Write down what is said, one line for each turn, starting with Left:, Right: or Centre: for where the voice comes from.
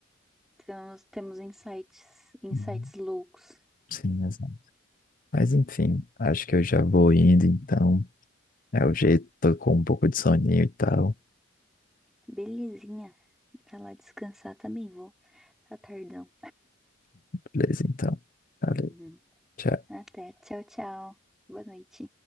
Centre: temos, temos insights, insights
Left: Uhum,
Centre: loucos.
Left: Sim, exato. Mas enfim, acho que eu já vou indo, então. É o jeito, tô com um pouco de soninho e tal.
Centre: Belezinha. Pra lá descansar também vou. Retardão.
Left: Beleza, então. Valeu,
Centre: Uhum.
Left: tchau.
Centre: Até. Tchau, tchau. Boa noite.